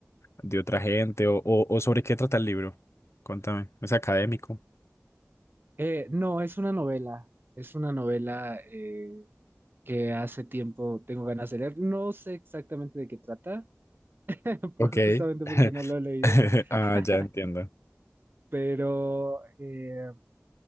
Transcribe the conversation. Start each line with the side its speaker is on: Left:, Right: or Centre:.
Left: de otra gente o, o, o sobre qué trata el libro. Cuéntame, es académico.
Right: Eh, no, es una novela. Es una novela eh, que hace tiempo tengo ganas de leer. No sé exactamente de qué trata, <laughs> por,
Left: Ok.
Right: justamente
Left: <laughs>
Right: porque no lo he leído. <laughs>
Left: Ah, ya entiendo.
Right: pero eh,